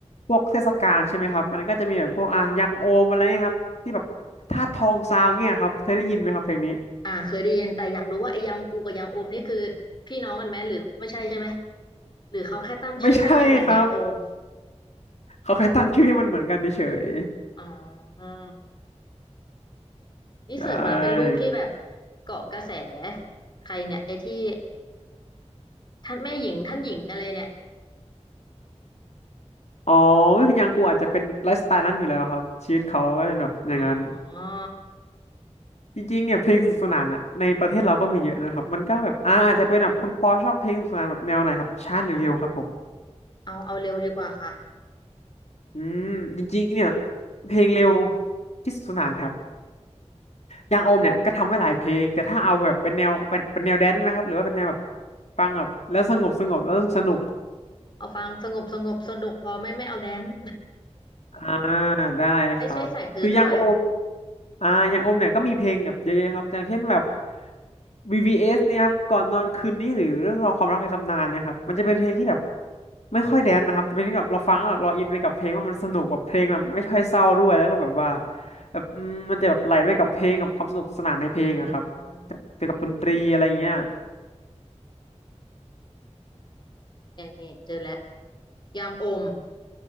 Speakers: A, on the left; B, on the left.
A: พวกเทศกาลใช่ไหมครับมันก็จะมีแบบพวกอ่ะยังโอมอะไรเงี้ยครับที่แบบธาตุทองซาวเงี้ยครับเคยได้ยินไหมครับเพลงนี้
B: อ่าเคยได้ยินแต่อยากรู้ว่าไอ้ยังกูกับยังโอมนี่คือพี่น้องกันไหมหรือไม่ใช่ใช่ไหมหรือเขาแค่ตั้งชื่อให้มันเหมือนยังโอม
A: ไม่ใช่ครับเขาแค่ตั้งชื่อให้มันเหมือนกันเฉย
B: อ๋อ
A: ๆใช่
B: นี่เสิร์ชมาแล้วเป็นรูปที่แบบเกาะกระแสใครเนี่ยไอ้ที่ท่านแม่หญิงท่านหญิงอะไรเนี่ย
A: อ๋อยังกูอาจจะเป็นไลฟ์สไตล์นั้นอยู่แล้วครับชีวิตเขาก็จะแบบอย่างนั้น
B: อ๋อ
A: จริงๆเนี่ยเพลงสนุกสนานอะในประเทศเราก็มีเยอะนะครับมันก็แบบอ่าอาจจะเป็นแบบคุณปอชอบเพลงสนุกสนานแบบแนวไหนครับช้าหรือเร็วครับผม
B: เอาเอาเร็วดีกว่าค่ะ
A: อืมจริงๆเนี่ยเพลงเร็วที่สนุกสนานครับ อย่างโอมเนี่ยก็ทำไว้หลายเพลงแต่ถ้าเอาแบบเป็นแนวเป็นเป็นแนวแดนซ์ไหมครับหรือว่าเป็นแนวแบบฟังแบบแล้วสงบสงบแล้วสนุก
B: เอาฟังสงบสงบสนุกพอไม่ไม่เอาแดนซ์
A: อ่าได้ครับคืออย่างโอม
B: <laughs> ไม่ใช่สายตือเท่าไหร่
A: อ่าอย่างโอมเนี่ยก็มีเพลงแบบเยอะๆครับอย่างเช่นแบบ VVS เอสเนี่ยครับก่อนนอนคืนนี้หรือเรื่องราวความรักในตำนานเนี่ยครับมันจะเป็นเพลงที่แบบไม่ค่อยแดนซ์นะครับแต่เป็นที่แบบเราฟังแล้วแบบเราอินไปกับเพลงว่ามันสนุกแบบเพลงแบบไม่ค่อยเศร้าด้วยแล้วก็แบบว่าแบบอืมมันจะแบบไหลไปกับเพลงกับความสนุกสนานในเพลงอะครับ
B: อืม
A: เกี่ยวกับดนตรีอะไรเงี้ย
B: นี่นี่เจอแล้วยังโอม